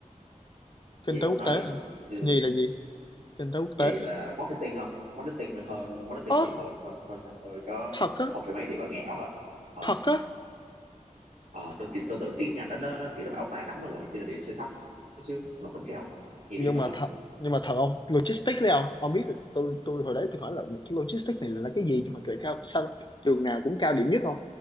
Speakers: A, on the left; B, on the right.
A: kinh
B: gì
A: tế
B: ông
A: quốc
B: nói
A: tế
B: gì
A: hả
B: Ừ,
A: nhì là gì kinh tế quốc
B: gì
A: tế
B: là
A: hả
B: marketing không marketing hơn marketing
A: ơ
B: thì hơn hơn hơn ngành tôi có
A: thật á
B: không phải mấy điểm là ngẽo thôi ờ
A: thật á
B: ờ, tôi, tôi tôi tưởng cái ngành đó nó, nó kiểu nó bão hòa lắm luôn rồi cho nên điểm sẽ thấp chút xíu mà vẫn cao nghe
A: nhưng
B: đi thật
A: mà
B: không
A: thật nhưng mà thật không logistics đấy không ông biết được tôi tôi hồi đấy tôi hỏi là cái logistics này là, là cái gì nhưng mà kệ cao sao trường nào cũng cao điểm nhất không